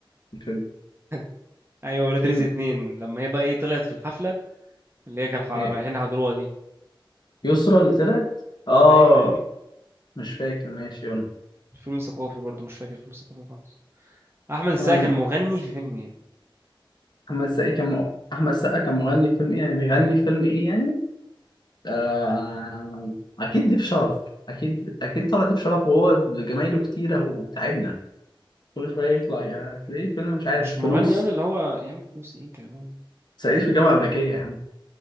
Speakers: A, on the left; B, on the right.
A: في الفيلم
B: <laughs> ايوه ولاد
A: فيلم
B: رزق اتنين لما هي بقى ايه طلعت في الحفله اللي هي كان ح- رايحين
A: هي
B: يحضروها دي
A: يسرا اللي طلعت اه
B: ايوه يا عم
A: مش فاكر ماشي يلا
B: فيلم ثقافي برضه مش فاكر فيلم ثقافي خالص احمد السقا
A: آه،
B: كان مغني في فيلم ايه
A: أحمد السقا كان مغ- أحمد السقا كان مغني في فيلم إيه يعني بيغني في فيلم إيه يعني آه... أكيد ضيف شرف أكيد أكيد طلع ضيف شرف وهو بجمايله كتيرة وتعبنا كل شوية يطلع يا- تلاقيه فيلم مش عارف
B: مش مغني
A: فلوس
B: هذا اللي هو يا عم فلوس ايه انت كمان
A: صعيدي في الجامعة الأمريكية يا عم